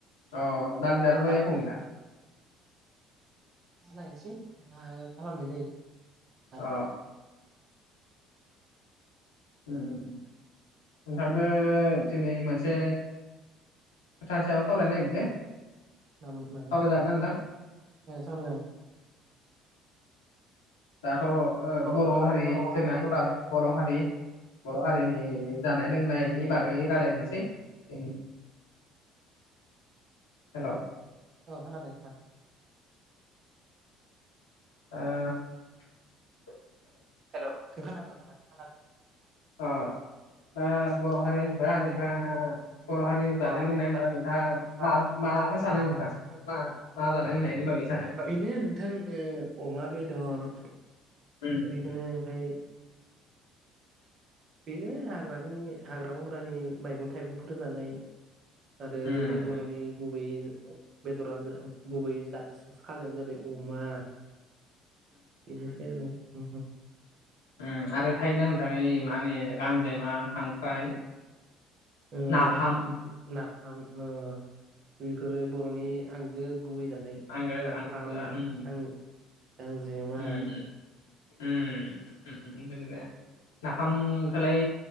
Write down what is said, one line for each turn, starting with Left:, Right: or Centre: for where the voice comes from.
Left: अ दालिदो
Right: अ
Left: आरो बाय
Right: दालि
Left: एख गैया
Right: नायनोसै मा खालामनाय जायो दालि
Left: अ उम नोंथांजो दिनै मोनसे खोथानि सायाव सावरायनो नागिरदो
Right: मामोन मामोन
Left: सावराय जागोन ना नोंथां?
Right: ओ सावरायजागोन
Left: दाथ ओ
Right: अ ओ
Left: बर हारि जोंनाथ दा
Right: जों
Left: बर हारि बर हारिनि जानाय लोंनायनि बागै रालायनोसै दिनि हेल
Right: औ खोनादों नोंथां
Left: ओ
Right: हेलौ खोनादों खोनादों खोनादों
Left: अ ओ बर
Right: खोनादों
Left: हारिहोनबा
Right: बर' हारि
Left: नोंथाङा बर हारि जानाय
Right: बर' हारिनि
Left: लोंनायहोनबा
Right: जानाय
Left: नोंथाङा
Right: होनबा नोंथाङा
Left: मा माखो सानो
Right: माखौ
Left: नोंथां
Right: सानो
Left: मा मा जानाय लोंनायनि बागै सानो?
Right: बेनो नोंथां ओ अमा बेदर
Left: उम
Right: बिखोनो ओमफ्राय बिनो हाग्रानि हाग्रा बंग्रानि मैगं थाइगंफोर जानाय आरो
Left: उम
Right: जोंनि बरनि गुबैयै बेदरानो जा गुबै जा खाजायानो जाबाय अमा बिनिफ्राय आरो उम उम
Left: उम आरो थायोना नोंथां ओइ मा होनो गांजेमा खांख्राइ
Right: ओ
Left: नाफाम
Right: नाफाम ओ <unintelligible> फोरो बरनि आंगो गुबै जानाय
Left: आंगो
Right: नाफाम
Left: आंगो
Right: गां
Left: उम
Right: गांजेमा
Left: उम उम <unintelligible> नाफामखोलाय